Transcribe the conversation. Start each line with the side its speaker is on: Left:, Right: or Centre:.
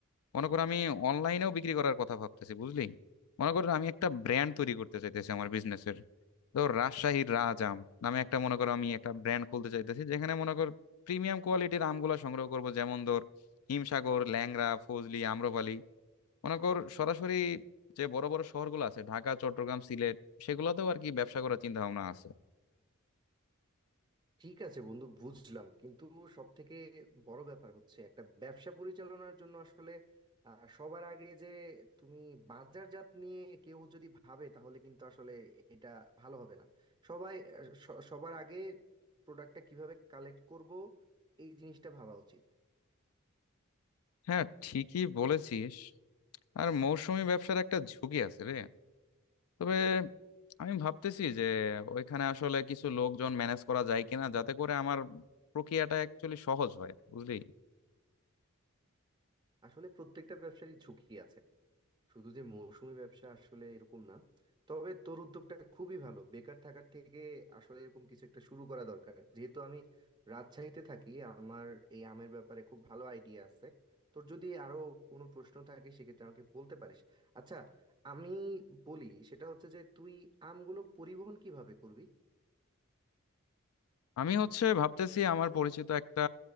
Left: মনে করো আমি অনলাইনেও বিক্রি করার কথা ভাবতেছি বুঝলি মনে করো আমি একটা ব্র্যান্ড তৈরি করতে চাইতেছি আমার বিজনেসের ধর রাজশাহীর রাজ আম নামে একটা মনে করো আমি একটা ব্র্যান্ড খুলতে চাইতেছি যেখানে মনে কর প্রিমিয়াম কোয়ালিটির আমগুলো সংগ্রহ করব যেমন ধর হিমসাগর ল্যাংড়া ফজলি আম্রপালি মনে কর সরাসরি যে বড় বড় শহরগুলো আছে ঢাকা চট্টগ্রাম সিলেট সেগুলোতেও আর কি ব্যবসা করার চিন্তা ভাবনা আছে
Right: ঠিক আছে বন্ধু বুঝলাম কিন্তু সব থেকে বড় ব্যাপার হচ্ছে একটা ব্যবসা পরিচালনার জন্য আসলে আহ, সবার আগে যে তুমি বাজারজাত নিয়ে কেউ যদি ভাবে তাহলে কিন্তু আসলে এটা ভালো হবে না সবাই আহ, স- সবার আগে প্রোডাক্টটা কিভাবে কালেক্ট করব এই জিনিসটা ভাবা উচিত
Left: হ্যাঁ ঠিকই বলেছিস আর মৌসুমী ব্যবসার একটা ঝুঁকি আছে রে তবে আমি ভাবতেছি যে ওইখানে আসলে কিছু লোকজন ম্যানেজ করা যায় কিনা যাতে করে আমার প্রক্রিয়াটা অ্যাকচুয়ালি সহজ হয় বুঝলি
Right: আসলে প্রত্যেকটা ব্যবসারই ঝুঁকি আছে শুধু যে মৌসুমী ব্যবসা আসলে এরকম না তবে তোর উদ্যোগটা খুবই ভালো বেকার থাকার থেকে আসলে এরকম কিছু একটা শুরু করা দরকার যেহেতু আমি রাজশাহীতে থাকি আমার এই আমের ব্যাপারে খুব ভালো আইডিয়া আছে তোর যদি আরো কোনো প্রশ্ন থাকে সেক্ষেত্রে আমাকে বলতে পারিস আচ্ছা আমি বলি সেটা হচ্ছে যে তুই আমগুলো পরিবহন কিভাবে করবি
Left: আমি হচ্ছে ভাবতেছি আমার পরিচিত একটা